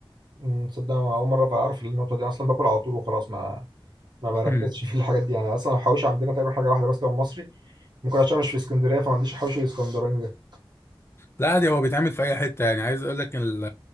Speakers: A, on the right (about 50°); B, on the left (about 25°).
A: أمم، تصدق أنا اول مره اعرف النقطه دي اصلا باكل على طول وخلاص ما ما بركزش
B: <laughs>
A: في الحاجات دي يعني اصلا الحواوشي عندنا تقريبا حاجه واحده بس لو مصري ممكن عشان مش في اسكندريه فما عنديش الحوش الاسكندراني ده
B: لا عادي هو بيتعمل في اي حته يعني عايز اقول لك ال-